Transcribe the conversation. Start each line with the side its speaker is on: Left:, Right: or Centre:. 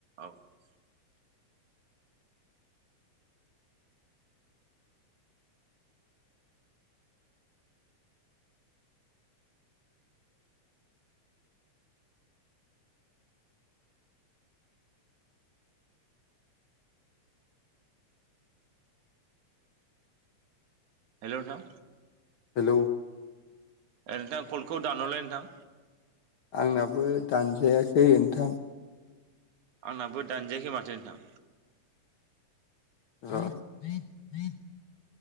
Right: <inaudible> हेल' नोंथां
Left: हेलौ
Right: ओै नोंथां कलखौ दानहरलाय नोंथां।
Left: आंनाबो दानजायाखै नोंथां
Right: आंनाबो दानजायाखै माथो नोंथां।
Left: <inaudible>